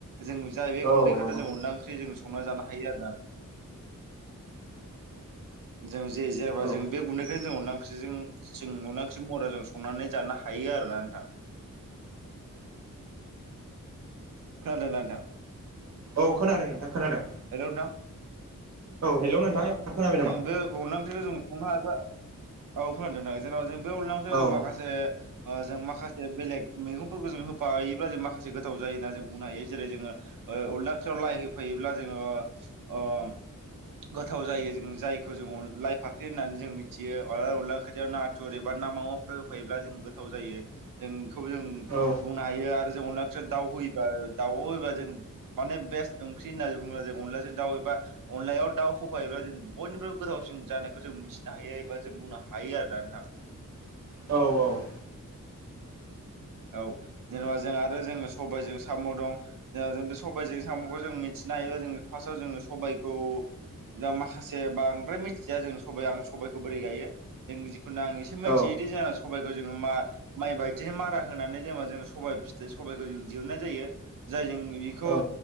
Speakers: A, on the right; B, on the right.
A: जों जाय बे
B: औ
A: गुन्दैखौ
B: नंगौ
A: जों अनला ओंख्रि जों संना जानो हायो आरोना।
B: <inaudible>
A: जों जे-जेनबा
B: औ
A: जों बे गुन्दैखौ जों अनला ओंख्रिजों जों अनला ओंख्रि महरा जों संनानै जानो हायो आरोना नोंथां खोनादों दा नोंथां
B: औ खोनादों नोंथां खोनादों
A: हेलौ नोंथां
B: हेलौ
A: औ
B: नोंथां एबार खोनाबाय
A: जोंदो अनला ओंख्रिखौ जों हमनो हा औ खोनादोंदा जेनेबा जों बे अनला
B: नामा
A: ओंख्रैखौ
B: औ
A: जों माखासे ओ जों माखासे बेलेग मैगंफोरखौ जों होफायोब्ला जों माखासे गोथाव जायोना जों बुंनो हायो जेरै जोङो ओ अनला ओंख्रियाव लाइ होफैयोब्ला जोङो ओ ओम गोथाव जायो जों जायखौ जों अन लाइ फाख्रि होननानै जों मिथियो अ अनला ओंख्रियाव ना थुर एबा ना मावाफोर होफायोब्ला जों गोथाव जायो जोंखौबो जों
B: औ
A: बुंनो हायो आरो जों अनला ओंख्रियाव दाउ होयोबा दाव होयोबा जों माने बेस्ट ओंख्रि होनना बुंङो जों अनलाजों दउ एबा अनलायाव दाउ होफायोब्ला जों बयनिफ्रायबो गोथावसिन जानायखौ जों नु मिथिनो हायो एबा जों बुंनो हायो आरोना नोंथां
B: औ औ
A: औ जेनेबा जों आरो जों सबायजों साम' दं जोंहा जों बे सबायजों साम'खौ जों मिथिनो हायोबा जो फार्स्टआव जोङो सबायखौ जा माखासे बांद्राय मिथिया जों सब आं सबाइखौ बोरै गायो जों जिखुनु आं एस सेमोथियोदि
B: औ
A: जोंहा सबायखौ जोंङो मा-माइ बायदिनो मारा होनानै जेनेबा जों सबाय फिथो सबाइखौ जों दिहुननाय जायो जाय जों बेखौ
B: औ